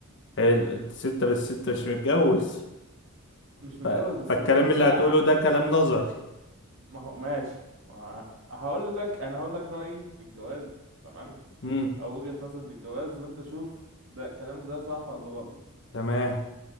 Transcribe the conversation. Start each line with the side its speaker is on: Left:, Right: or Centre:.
Left: حلو الستة بس الستة مش متجوز
Right: مش متجوز
Left: ف...
Right: بس
Left: فالكلام
Right: انا لسه
Left: اللي هتقوله
Right: ع-
Left: ده كلام نظري
Right: ما هو ماشي ما ه- هقول لك انا هقول لك رايي في الجواز تمام
Left: امم
Right: او وجهة نظري في الجواز وانت شوف ده كلامي ده صح ولا غلط
Left: تمام